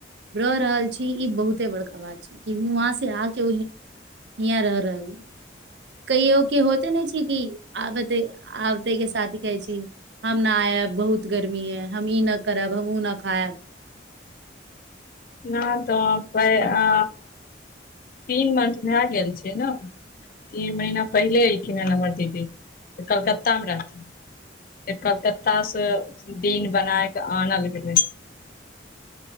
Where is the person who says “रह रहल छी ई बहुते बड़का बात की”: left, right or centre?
Right